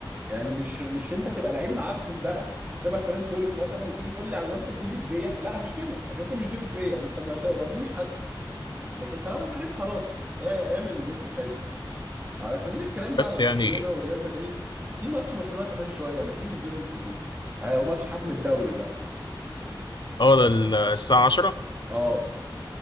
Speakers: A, on the right (about 20°); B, on the left (about 60°).
A: يعني مش مش انت تبقى لعيب معفن بقى شبه فران توريس مثلا وتيجي تقول لي على نفسك ديفيد فيا لا هشتمك عشان انت مش ديفيد فيا انت ما تقربلوش حتى لكن طالما انت عارف خلاص اع- اعمل اللي انت شايفه على سبيل الكلام
B: بس
A: بقى على
B: يعني
A: برشلونة وريال مدريد في ماتش برشلونة كمان شوية ما تيجي ننزل نشوفوه هو ماتش حسم الدوري بقى
B: اه ده ال- الساعة 10
A: اه